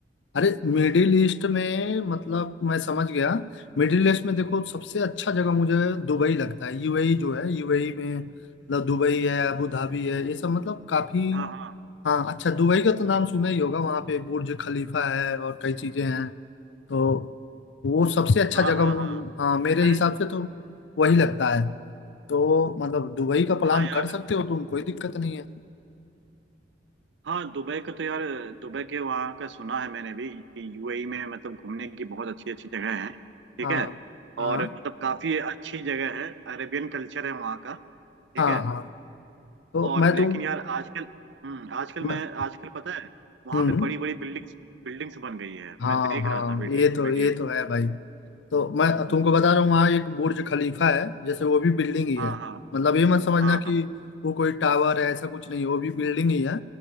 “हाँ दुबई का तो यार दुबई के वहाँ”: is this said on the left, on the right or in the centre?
Right